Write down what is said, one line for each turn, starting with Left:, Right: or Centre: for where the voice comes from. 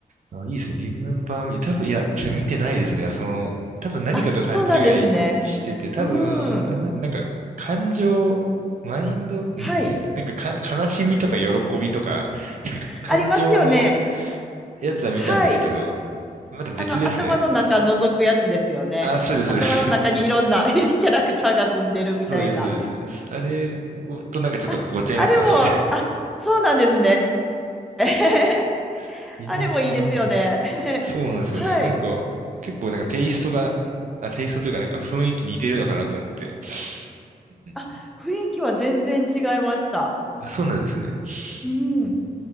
Right: あ、いいですね。Remember Me。多分、いや、それ見てないですね。その、多分何かと勘違いしてて、
Centre: あ、そうなんですね。
Right: 多分、
Centre: うん。
Right: な、な、なんか、感情、マインド、ん
Centre: はい。
Right: なんかか、悲しみとか喜びとか、なんか感情の
Centre: ありますよね。
Right: やつは見たんですけど、
Centre: はい。
Right: また別ですね。
Centre: あの、頭の中覗くやつですよね。
Right: あ、そうです、
Centre: 頭の中にいろんな
Right: そうです。<laughs>
Centre: <laughs> キャラクターが住んでるみたいな。
Right: そうです、そうです、そうです。あれとなんかちょっとごっちゃになってましたね。
Centre: あ、あれも、あ、そうなんですね。<laughs>
Right: <laughs> Remember
Centre: あれもいいですよね。
Right: Me。そうなんですよね。
Centre: <laughs> はい。
Right: なんか、結構なんかテイストが、あ、テイストというかなんか雰囲気似てるのかなと思って。うん
Centre: あ、雰囲気は全然違いました。
Right: あ、そうなんですね。
Centre: うん。
Right: うん